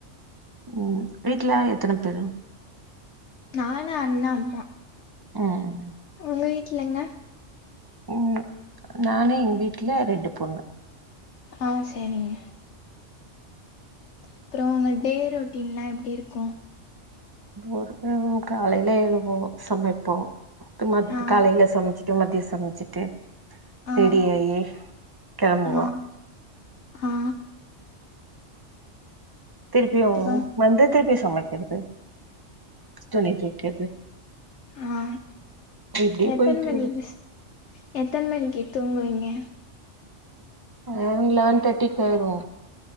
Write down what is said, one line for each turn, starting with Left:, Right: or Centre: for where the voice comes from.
Right: ம் வீட்ல எத்தன பேரு
Left: நானு அண்ணா அம்மா
Right: ம்
Left: உங்க வீட்லங்க
Right: ம் நானு எங் வீட்ல ரெண்டு பொண்ணு
Left: அ செரிங்க அப்றோ உங்க டே ரொட்டின்லா எப்டி இருக்கு
Right: <unintelligible> காலையில எழுவோ சமைப்போ த்து மத்
Left: ஆ
Right: காலையில சமச்சிட்டு மதிய சம்ச்சிட்டு
Left: ஆ
Right: ரெடியாயி கெளம்புவோ
Left: ஆ ஆ
Right: திருப்பியு
Left: அப்றோ
Right: வந்து திருப்பியு சமைக்கிறது துணி தோய்க்கற்து
Left: அ
Right: இப்டியே
Left: எத்தன்
Right: போயிட்டுருக்குது
Left: மணி பஸ் எத்தன் மணிக்கு தூங்குவீங்க
Right: லெவன் லெவன் தேட்டிக்கு ஆய்ரு